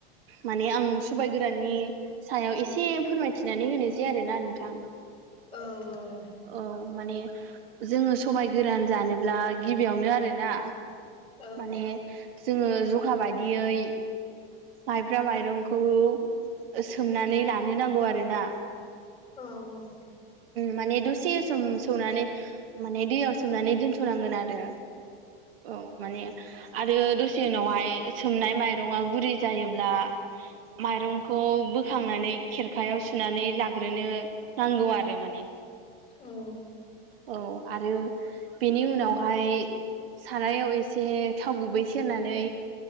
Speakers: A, on the right (about 75°); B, on the left (about 20°).
A: माने आं सबाय गोराननि सायाव एसे फोरमायथिनानै होनोसै आरोना नोंथां।
B: औ औ।
A: औ माने जोङो सबायाइ गोरान जानोब्ला गिबियावनो आरोना
B: औ
A: माने जोङो जखा बायदियै माइब्रा माइरंखौ सोमनानै लानो नांगौ आरोना
B: औ औ
A: माने दसे सम सोमनानै माने दैयाव सोमनानै दोनथ'नांगोन आरो औ माने आरो दसे उनावहाय सोमनाय माइरङा गुरै जायोब्ला माइरंखौ बोखांनानै खेरखायाव सुनानै लाग्रोनो नांगौ आरो माने
B: औ
A: औ आरो बेनि उनावहाय सारायाव एसे थाव गुबै सेरनानै